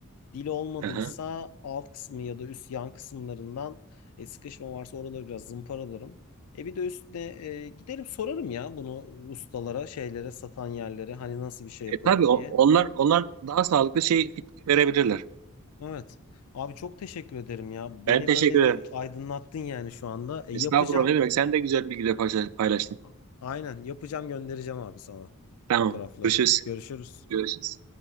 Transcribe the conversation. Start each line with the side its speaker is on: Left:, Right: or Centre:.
Left: Dili olmadıysa
Right: Aha.
Left: alt kısmı ya da üst yan kısımlarından e, sıkışma varsa oraları biraz zımparalarım. E bir de üstüne e, giderim sorarım ya bunu ustalara, şeylere, satan yerlere hani nasıl bir şey yaparım
Right: E, tabii o-
Left: diye.
Right: onlar onlar daha sağlıklı şey feedback verebilirler.
Left: Evet. Abi çok teşekkür ederim ya. Beni
Right: Ben teşekkür
Left: böyle bir
Right: ederim.
Left: aydınlattın yani şu anda. E,
Right: Estağfurullah
Left: yapacağım.
Right: ne demek? Sen de güzel bilgiler paylaş- paylaştın.
Left: A- Aynen yapacağım göndereceğim abi sana
Right: Tamam.
Left: fotoğrafları.
Right: Görüşürüz.
Left: Görüşürüz.
Right: Görüşürüz.